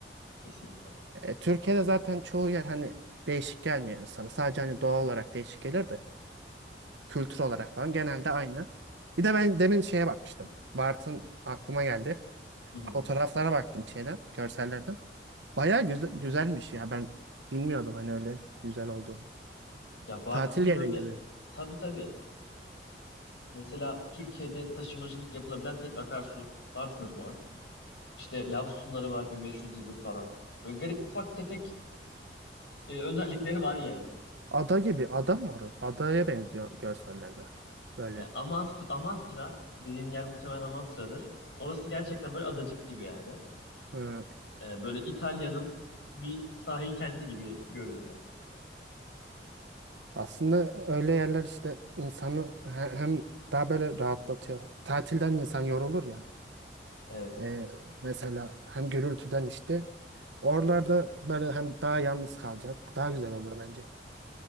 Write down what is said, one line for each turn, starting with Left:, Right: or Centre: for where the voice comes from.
Left: Kesinlikle.
Right: E, Türkiye'de zaten çoğu yer hani değişik gelmiyor insana. Sadece hani doğa olarak değişik gelir de kültür olarak falan genelde aynı. Bir de ben demin şeye bakmıştım. Bartın aklıma geldi.
Left: Hı hı.
Right: Fotoğraflara baktım şeyden, görsellerden. Bayağı güze- güzelmiş ya. Ben bilmiyordum hani öyle güzel olduğunu.
Left: Ya Bartın
Right: Tatil yeri
Left: böyle
Right: gibi.
Left: tabii tabii. Mesela Türkiye'de taşımacılık yapılabilen tek akarsu Bartın Irmağı. İşte lav sütunları var 1500 yıllık falan. Böyle garip ufak tefek e, özellikleri var yani.
Right: Ada gibi. Ada mı orası? Adaya benziyor görsellerde. Böyle.
Left: E, Amasra, Amasra dediğin yer muhtemelen Amasra'dır. Orası gerçekten böyle adacık gibi yani.
Right: e,
Left: E, böyle İtalya'nın bir sahil kenti gibi görünüyor.
Right: aslında öyle yerler işte insanı he- hem daha böyle rahatlatıyor. Tatilden insan yorulur ya.
Left: Evet,
Right: Ee, mesela hem gürültüden işte oralarda böyle hem daha yalnız kalacağız. Daha güzel olur bence.